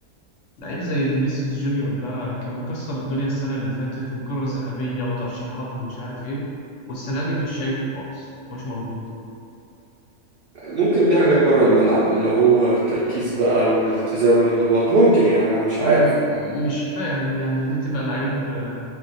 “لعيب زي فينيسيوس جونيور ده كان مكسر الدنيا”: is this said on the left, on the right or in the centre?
Left